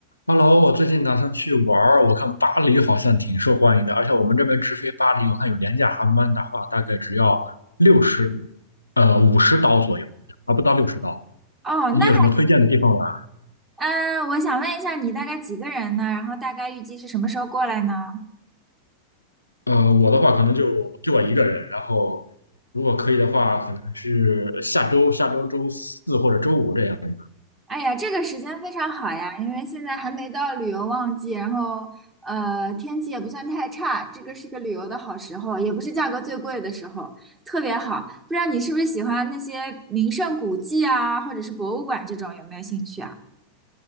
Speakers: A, on the left (about 80°); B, on the right (about 20°).
A: Hello，我最近打算去玩儿，我看巴黎好像挺受欢迎的，而且我们这边直飞巴黎，我看有廉价航班的话，大概只要六十，呃，五十刀左右，还不到六十刀。
B: 哦，
A: 你有什么推荐的地方玩？
B: 那还，嗯，我想问一下，你大概几个人呢？然后大概预计是什么时候过来呢？
A: 呃，我的话可能就就我一个人，然后如果可以的话，可能是下周下周周四或者周五这样子。
B: 哎呀，这个时间非常好呀，因为现在还没到旅游旺季，然后呃，天气也不算太差，这个是个旅游的好时候，也不是价格最贵的时候，特别好。不知道你是不是喜欢那些名胜古迹啊，或者是博物馆这种，有没有兴趣啊？